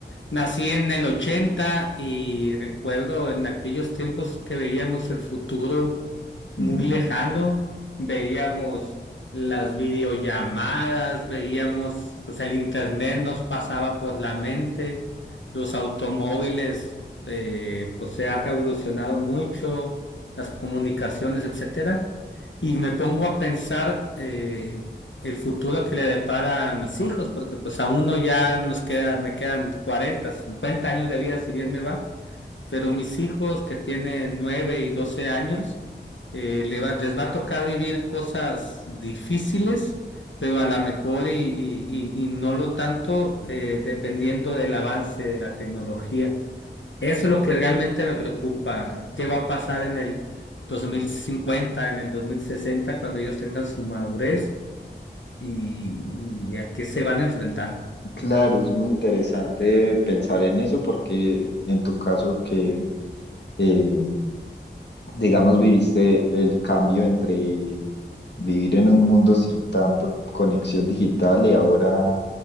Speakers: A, on the left (about 85°); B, on the left (about 65°).
A: nací en el 80 y recuerdo en aquellos tiempos que veíamos el futuro
B: Ujú.
A: muy lejano, veíamos las videollamadas, veíamos, pues el internet nos pasaba por la mente, los automóviles, eh, pues se han revolucionado mucho, las comunicaciones, etcétera. y me pongo a pensar eh, el futuro que le depara a mis hijos, porque pues a uno ya nos queda, me quedan 40 50 años de vida, si bien me va, pero mis hijos que tienen 9 y 12 años, eh, le va- les va a tocar vivir cosas difíciles, pero a lo mejor y, y- y- y no lo tanto eh, dependiendo del avance de la tecnología. Eso es lo que realmente me preocupa. ¿Qué va a pasar en el dos mil cincuenta en el dos mil sesenta cuando ellos tengan su madurez y, y a qué se van a enfrentar?
B: Claro, es muy interesante pensar en eso porque en tu caso que eh, digamos, viviste el cambio entre vivir en un mundo sin tanta conexión digital y ahora